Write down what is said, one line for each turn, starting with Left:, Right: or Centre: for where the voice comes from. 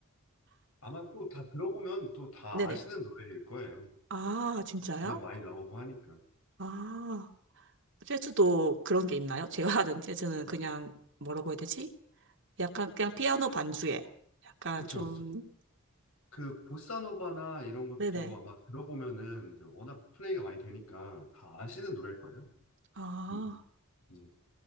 Left: 아마 또 다 들어보면 또 다
Right: 네네.
Left: 아시는 노래일 거예요.
Right: 아, 진짜요?
Left: 워낙 많이 나오고 하니까.
Right: 아, 재즈도 그런 게 있나요? 제가 아는 재즈는 그냥 뭐라고 해야 되지? 약간 그냥 피아노 반주에 약간
Left: 그쵸,
Right: 좀
Left: 그쵸. 그 보사노바나 이런 것도
Right: 네네.
Left: 아마 들어보면은 이제 워낙 플레이가 많이 되니까 다 아시는 노래일 거예요.
Right: 아
Left: 음, 음, 음.